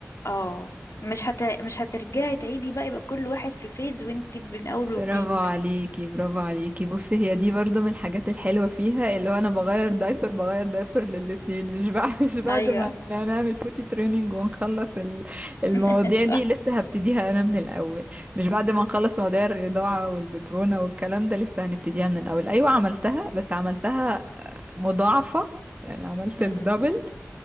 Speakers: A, on the left; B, on the right.
A: اه مش هت... مش هترجعي تعيدي بقى يبقى كل واحد في فيز وانتي من أول وجديد
B: برافو عليكي برافو عليكي بصي هي دي برضو من الحاجات الحلوة فيها اللي هو انا بغير دايبر بغير دايبر للاتنين مش بعد <laughs> مش بعد
A: ايوه
B: ما نعمل بوتي تريننج ونخلص ال- المواضيع
A: <laughs> صح
B: دي لسه هبتديها انا من الاول مش بعد ما نخلص مواضيع الرضاعة والببرونة والكلام ده لسه هنبتديها من الاول ايوه عملتها بس عملتها مضاعفة يعني عملت
A: امم
B: الدبل